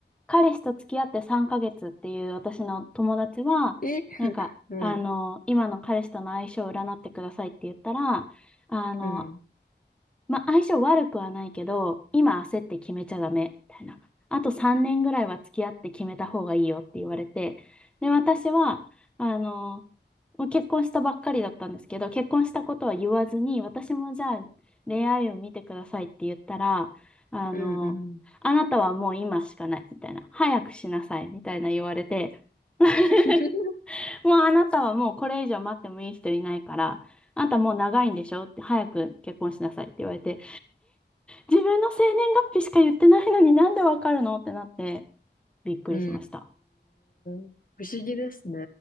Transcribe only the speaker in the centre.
彼氏と付き合って3ヶ月っていう私の友達は、
なんか、
あの、今の彼氏との相性を占ってくださいって言ったら、あの、
まあ、相性悪くはないけど、今焦って決めちゃダメ、みたいな。あと3年ぐらいは付き合って決めた方がいいよって言われて、で、私は、あの、もう結婚したばっかりだったんですけど、結婚したことは言わずに、私もじゃあ恋愛を見てくださいって言ったら、あの、
あなたはもう今しかない、みたいな。早くしなさい、みたいな言われて、<laughs>
もうあなたはもうこれ以上待ってもいい人いないから、あんたもう長いんでしょって早く結婚しなさいって言われて、自分の生年月日しか言ってないのになんでわかるのってなってびっくりしました。